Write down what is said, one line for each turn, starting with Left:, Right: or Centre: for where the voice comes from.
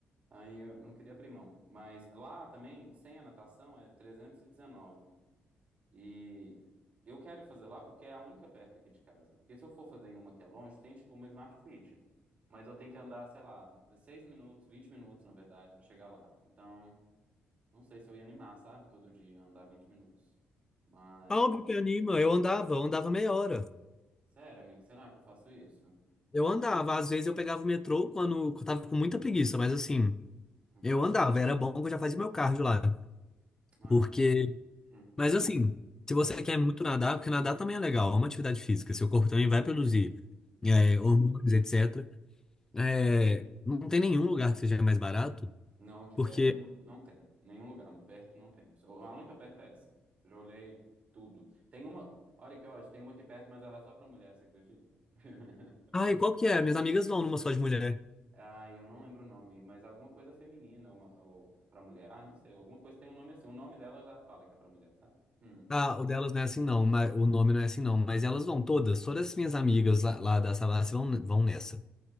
Right: Aí eu eu não queria abrir mão. Mas lá também, sem a natação, é 319. E eu quero fazer lá porque é a única perto aqui de casa. Porque se eu for fazer em uma que é longe, tem tipo uma Smart Fit. Mas eu tenho que andar, sei lá, 16 minutos, 20 minutos, na verdade, pra chegar lá. Então, não sei se eu ia animar, sabe? Todo dia andar 20 minutos. Mas,
Left: Óbvio que anima. Eu andava, eu andava meia hora.
Right: sério, amigo, será que eu faço isso?
Left: Eu andava, às vezes eu pegava o metrô quando eu tava com muita preguiça, mas assim,
Right: <clears throat>
Left: eu andava, era bom que eu já fazia meu cardio lá.
Right: mas
Left: Porque,
Right: hum,
Left: mas assim, se você quer muito nadar, porque nadar também é legal, é uma atividade física, seu corpo também vai produzir
Right: uhum.
Left: é, hormônios, etc. É, não tem nenhum lugar que seja mais barato,
Right: Não, aqui
Left: porque,
Right: perto n- não tem. Nenhum lugar perto não tem. Só- A única perto é essa. Já olhei tudo. Tem uma. Olha que ódio, tem uma aqui perto, mas ela é só pra mulher, você acredita? <laughs>
Left: ai, qual que é? Minhas amigas vão numa só de mulher.
Right: Ah, eu não lembro o nome, mas alguma coisa feminina ou, uma- ou pra mulher. Ah, não sei, alguma coisa tem um nome assim. O nome dela já fala que é pra mulher, sabe? Hum,
Left: Ah, o delas não é assim não, mas, o nome não é assim não, mas elas vão todas, todas as minhas amigas lá lá da Savassi vão, vão nessa.